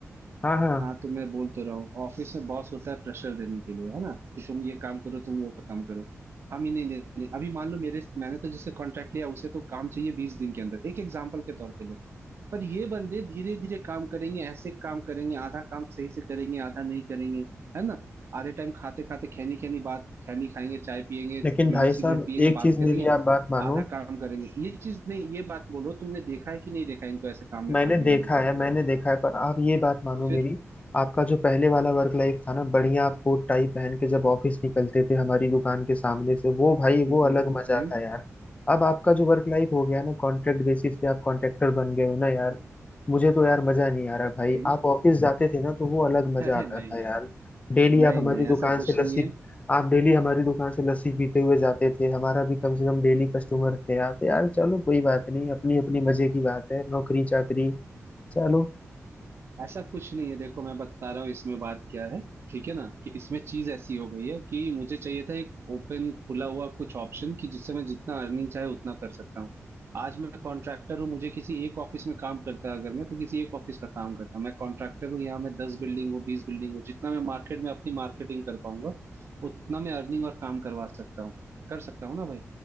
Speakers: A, on the left; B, on the right.
A: हाँ हाँ
B: हाँ तो मैं बोल तो रहा हूँ ऑफिस में बॉस होता है प्रेशर देने के लिए है ना कि तुम ये काम करो तुम वो काम करो हम ही नहीं देते अभी मान लो मेरे मैंने तो जिससे कॉन्ट्रैक्ट लिया उसे तो काम चाहिए बीस दिन के अंदर एक एग्जाम्पल के तौर पे लो पर ये बंदे धीरे धीरे काम करेंगे ऐसे काम करेंगे आधा काम सही से करेंगे आधा नहीं करेंगे है ना आधे टाइम खाते खाते खैनी खैनी बात खैनी खाएंगे चाय पियेंगे
A: लेकिन
B: बीड़ी
A: भाई साहब
B: सिगरेट पियेंगे
A: एक
B: बात
A: चीज
B: करेंगे
A: मेरी आप बात मानो
B: आधा काम करेंगे ये चीज नहीं ये बात बोलो तुमने देखा है कि नहीं देखा है इनको ऐसे काम में
A: मैंने
B: फांकीबाजी
A: देखा
B: करते
A: है मैंने
B: हुए
A: देखा है पर आप ये बात मानो
B: तो फिर
A: मेरी आपका जो पहले वाला वर्क लाइफ था ना बढ़िया आप कोट टाई पहन के जब ऑफिस निकलते थे हमारी दुकान के सामने से वो भाई
B: हम्म
A: वो
B: हम्म
A: अलग मजा
B: हम्म
A: था यार अब आपका जो वर्क लाइफ हो गया ना कॉन्ट्रैक्ट बेसिस पे आप कॉन्ट्रैक्टर बन गए हो ना यार मुझे तो यार मजा नहीं आ रहा भाई
B: हम्म
A: आप ऑफिस जाते थे ना तो वो अलग मजा
B: अरे
A: आता
B: नहीं
A: था
B: यार
A: यार डेली आप
B: नहीं
A: हमारी
B: नहीं
A: दुकान
B: ऐसा कुछ
A: से
B: नहीं
A: लस्सी
B: है
A: आप डेली हमारी दुकान से लस्सी पीते हुए जाते थे हमारा भी कम से कम डेली कस्टमर थे आप यार चलो कोई बात नहीं अपनी अपनी मजे की बात है नौकरी चाकरी चलो
B: ऐसा कुछ नहीं है देखो मैं बता रहा हूँ इसमें बात क्या है ठीक है ना कि इसमें चीज ऐसी हो गई है कि मुझे चाहिए था एक ओपन खुला हुआ कुछ ऑप्शन कि जिससे मैं जितना अर्निंग चाहे उतना कर सकता हूँ आज मैं कॉन्ट्रैक्टर हूँ मुझे किसी एक ऑफिस में काम करता है अगर मैं तो किसी एक ऑफिस का काम करता हूँ। मैं कॉन्ट्रैक्टर हूँ यहाँ मैं दस बिल्डिंग हूँ बीस बिल्डिंग हूँ जितना मैं मार्केट में अपनी मार्केटिंग कर पाऊंगा उतना मैं अर्निंग और काम करवा सकता हूँ कर सकता हूँ ना भाई